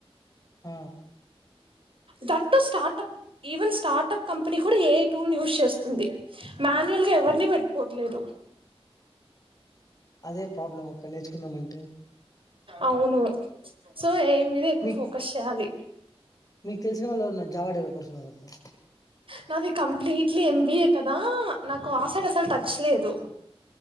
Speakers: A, on the left; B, on the right.
A: ఆ
B: that startup even startup company కూడా ఏఐ టూల్ యూస్ చేస్తుంది మాన్యువల్గా ఎవరిని పెట్టుకోట్లేదు
A: అదే ప్రాబ్లం అక్క నేర్చుకుందాంమంటే
B: అవును సో ఏ మీదే ఎక్కువ
A: మీకు
B: ఫోకస్ చేయాలి
A: మీకు తెలిసిన వాళ్ళు ఎవరన్న జావాడర్ పర్సన్ ఉన్నారా
B: నాది కంప్లీట్లీ ఎంబీఏ కదా నాకు ఆ సైడ్ అసలు టచ్ లేదు